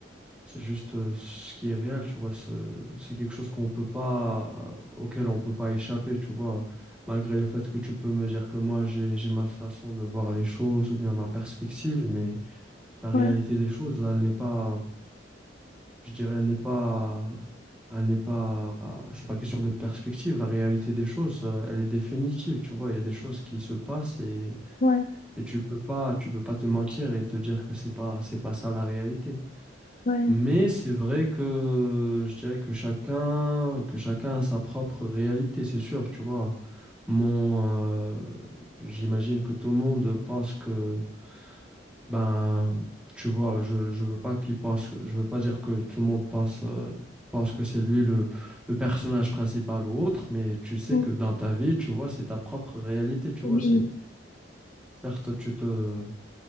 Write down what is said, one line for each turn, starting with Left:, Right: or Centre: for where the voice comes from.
Centre: c'est juste euh, ce qui est réel, tu vois, c'est c'est quelque chose qu'on peut pas, auquel on peut pas échapper, tu vois, malgré le fait que tu peux me dire que moi j'ai j'ai ma façon de voir les choses ou bien ma perspective, mais la réalité
Left: Ouais,
Centre: des choses, elle n'est pas je dirais, elle n'est pas, elle n'est pas, c'est pas question de perspective. La réalité des choses, euh, elle est définitive, tu vois. Il y a des choses qui se passent et,
Left: ouais,
Centre: et tu peux pas, tu peux pas te mentir et te dire que c'est pas, c'est pas ça la réalité.
Left: ouais.
Centre: Mais c'est vrai que je dirais que chacun, que chacun a sa propre réalité, c'est sûr, tu vois. Mon, euh, j'imagine que tout le monde pense que ben, tu vois, je, je veux pas qu'il pense, je veux pas dire que tout le monde pense, euh, pense que c'est lui le, le personnage principal ou autre, mais tu sais
Left: Oui.
Centre: que dans ta vie, tu vois, c'est ta propre réalité, tu
Left: oui,
Centre: vois, c'est, certes, tu te,